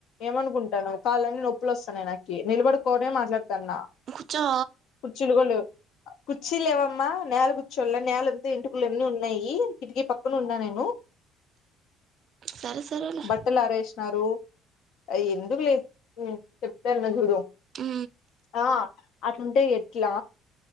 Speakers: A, on the left; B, on the right.
A: ఏమనుకుంటాన్నావు కాళ్ళన్న నొప్పులు వస్తాన్నాయి నాకి నిలబడుకోనే మాట్లాడతాన్నా
B: కూర్చో
A: కుర్చీలు కూడ లేవు కుర్చీలు లేవమ్మా నేల కుర్చొళ్ళ నేలంతే ఎంటికలన్నీ ఉన్నాయి కిటికీ పక్కన ఉన్నా నేను
B: సరే సరేలే
A: బట్టలు ఆరేసినారు అయి ఎందుకులే చెప్తాన్న చూడు
B: ఊ
A: ఆ అట్లుంటే ఎట్లా